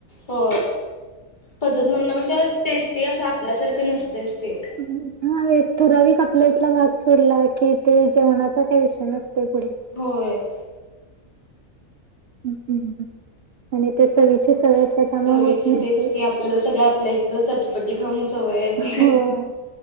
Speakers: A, on the left (about 35°); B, on the right (about 55°).
A: हो पचत म्हणण्यापेक्षा टेस्टी असं आपल्यासारखं नसतच ते.
B: हा हा एक ठराविक आपला इथला भाग सोडला की ते जेवणाचा काय विषय नसते पुढे.
A: होय.
B: हम्म. आणि ते चवीची सवय असे त्यामुळे
A: चवीची
B: होत नाही
A: तेच
B: रे.
A: की आपल्याला सगळं आपल्या इथलं चटपटी खाऊन सवयेत.
B: होय